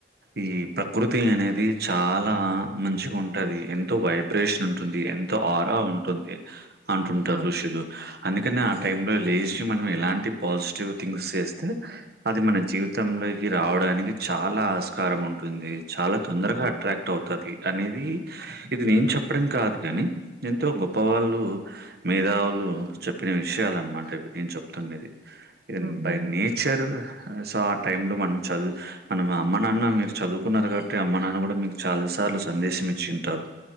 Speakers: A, on the right; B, on the right.
A: ఈ ప్రకృతి అనేది చాలా మంచిగ ఉంటుది ఎంతో వైబ్రేషన్ ఉంటుంది ఎంతో ఆరా ఉంటుంది అంటుంటారు
B: ఆ!
A: ఋషులు అ అందుకని ఆ టైం లో లేచి మనం ఎలాంటి పాజిటివ్ థింగ్స్ చేస్తే అది మన జీవితంలో రావడానికి చాలా ఆస్కారం ఉంటుంది చాలా తొందరగా
B: హ్మ్.
A: అట్రాక్ట్ అవుతది అనేది ఇది నేను చెప్పడం కాదు కని ఎంతో గొప్ప వాళ్ళు మేధావులు చెప్పిన విషయలు అన్నమాట ఇవి నేను చెప్తున్నది ఇది
B: హుహు.
A: బై నేచర్ ఆ స టైం లో మనం చదువు మనం అమ్మ నాన్న మీరు చదువుకున్నరు కాబట్టి అమ్మ నాన్న కూడ మీకు చాల సార్లు సందేశించ చుంటారు